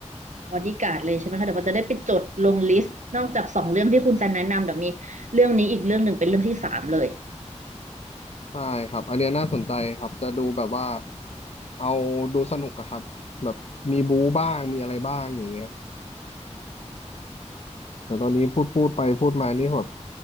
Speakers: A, on the right; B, on the left.
A: บอดี้การ์ดเลยใช่ไหมคะเดี๋ยวเราจะได้ไปจดลงลิสต์นอกจากสองเรื่องที่คุณซันแนะนำเดี๋ยวมีเรื่องนี้อีกเรื่องหนึ่งเป็นเรื่องที่สามเลย
B: ใช่ครับอันเนี้ยน่าสนใจครับจะดูแบบว่าเอาดูสนุกอะครับแบบมีบู๊บ้างมีอะไรบ้างอย่างเงี้ยแต่ตอนนี้พูดพูดไปพูดมานี่แบบ